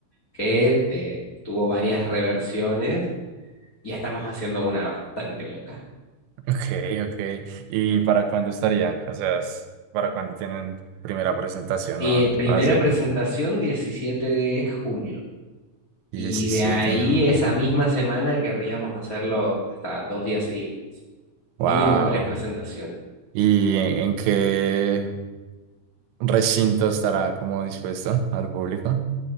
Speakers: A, on the left (about 80°); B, on the right (about 80°).
A: que eh, tuvo varias reversiones y estamos haciendo una bastante loca.
B: <laughs> Ok, ok. ¿Y para cuándo estarían? O sea, es- ¿para cuándo tienen primera presentación?
A: Eh,
B: No,
A: primera
B: ah, sí.
A: presentación diecisiete de junio
B: Diecisiete,
A: y de ahí
B: de junio.
A: esa misma semana querríamos hacerlo hasta dos días seguidos, mínimo
B: Wow.
A: tres presentaciones.
B: ¿Y en, en qué recinto estará como dispuesto al público?